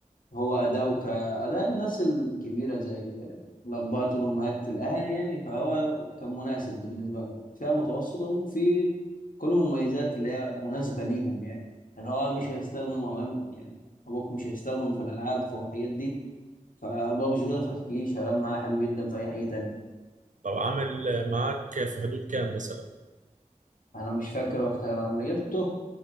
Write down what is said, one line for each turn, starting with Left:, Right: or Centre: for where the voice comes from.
Left: هو أداؤه كأداء الناس الكبيرة زي الأبهات والأمهات الأهالي يعني فهو كان مناسب بالنسبة لهم فئة متوسطة وفي كل المميزات اللي هي مناسبة ليهم يعني يعني هو مش هيستخدم أو يعني أبوك مش هيستخدم في الألعاب في الحاجات دي فبابجي كده فهتلاقيه شغال معاه حلو جدا في أي حاجة تانية
Right: طب عامل معاك في حدود كام مثلا
Left: أنا مش فاكر وقتها لما جبته